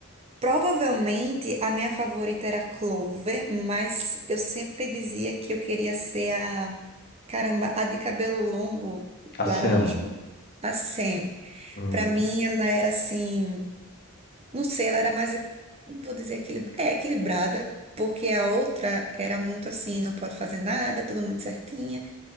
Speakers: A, on the right; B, on the left.
A: provavelmente a minha favorita era a Clover, mas eu sempre dizia que eu queria ser a, caramba, a de cabelo longo,
B: A
A: laranja,
B: Sam.
A: a Sam.
B: Uhum,
A: Pra mim, ela era assim. Não sei, ela era mais, não vou dizer equilib- é, equilibrada, porque a outra era muito assim, não pode fazer nada, tudo muito certinha.